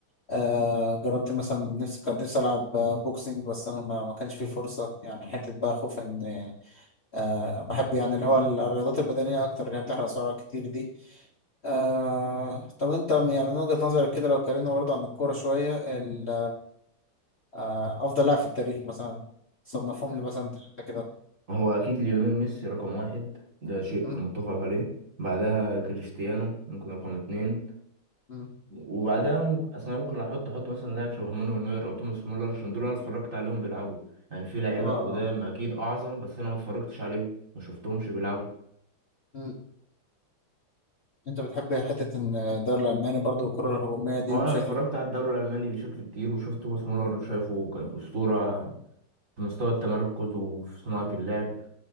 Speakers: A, on the left; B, on the right.
A: آه جربت مثلا نفسي كنت نفسي العب آه، بوكسينج بس انا ما, ما كانش فيه فرصه يعني حته بقى خوف ان آه بحب يعني اللي هو الرياضات البدنيه اكتر اللي هي بتحرق سعرات كتير دي آه طب انت يعني من وجهه نظرك كده لو اتكلمنا برضه عن الكوره شويه ال- آه افضل لاعب في التاريخ مثلا صنفهم لي مثلا ثلاثه كده
B: هو اكيد ليونيل ميسي رقم واحد ده شيء
A: م?
B: متفق عليه بعدها كريستيانو ممكن رقم اتنين
A: م.
B: وبعدها مم- اصل انا ممكن احط احط مثلا لاعب شبه مانويل نوير او توماس مولر عشان دول انا اتفرجت عليهم بيلعبوا يعني في لعيبه
A: اه اه
B: قدام اكيد اعظم بس انا ما اتفرجتش عليهم ما شفتهمش بيلعبوا
A: م. انت بتحب حتة ان الدوري الألماني برضو الكرة الهجومية دي
B: اه
A: بشكل
B: انا اتفرجت على الدوري الالماني بشكل كتير وشفت توماس مولر شايفه كان اسطوره في مستوى التمركز وفي صناعه اللعب